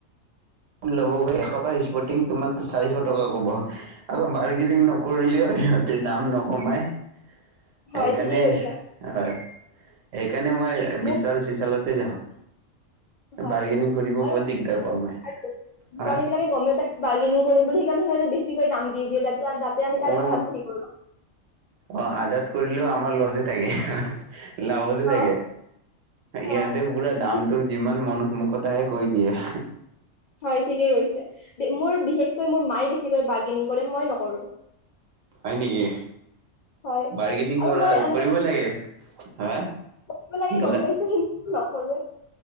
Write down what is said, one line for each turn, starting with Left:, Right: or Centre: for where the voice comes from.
Right: ল'ব গলে এশ টকাৰ স্পৰ্টিং তোমাৰ চাৰিশ টকা ক'ব আকৌ বাৰ্গেনিং নকৰিলেও সিহঁতে দাম নকমাই
Left: হয়
Right: সেইকাৰণে
Left: ঠিকেই কৈছা
Right: অ সেইকাৰণে মই
Left: মোৰ
Right: বিশাল চিচালত তাতে যাওঁ
Left: হয়
Right: বাৰ্গেনিং কৰিব
Left: আৰু
Right: বহুত দিগদাৰ
Left: কোম্পানী
Right: পাওঁ মই হা
Left: বিলাকে গমে পায় বাৰ্গেনিং কৰিম বুলি সেইকাৰণে সিহঁতে বেছি দাম দি দি যাতে যাতে আমি তাৰ
Right: অ
Left: আধাটো কৰো
Right: অ আধাত কৰিলেও আমাৰ লচে থাকে লাভতে চাগে
Left: অ অ
Right: ইহঁতে পুৰা দামটো
Left: কি-
Right: যিমান মন সদায় কৈ দিয়ে
Left: হয় ঠিকেই কৈছে মোৰ বিশেষকৈ মোৰ মায়ে বেছিকৈ বাৰ্গেনিং কৰে মই নকৰো
Right: হয় নেকি
Left: হয়
Right: বাৰ্গেনিং
Left: আৰু
Right: কৰা
Left: মই এনেকে
Right: কৰিবই লাগে হা
Left: কৰিব লাগে
Right: কি ক'লা
Left: গম পাইছো সি নকৰোৱে